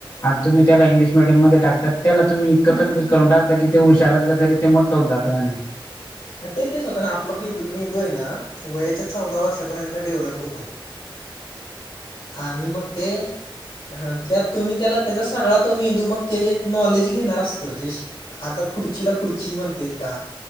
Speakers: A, on the left; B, on the left.
A: आणि तुम्ही त्याला इंग्लीश मिडियमध्ये टाकतात, त्याला तूम्ही इतकं कन्फ्युज करून टाकता की ते हुशार असलं तरी तरी ते म होऊन जात म्हणे.
B: ते तेच होतं ना, आपलं मेंदू आहे ना वयाच्या चौदा वर्षापर्यंत डेव्हलप होतो. आणि मग ते हा त्यात तुम्ही त्याला त्याचा सगळा तो मेंदू मग ते जे नॉलेज घेणार असतं. जे आता खुर्चीला खुर्ची म्हणते का?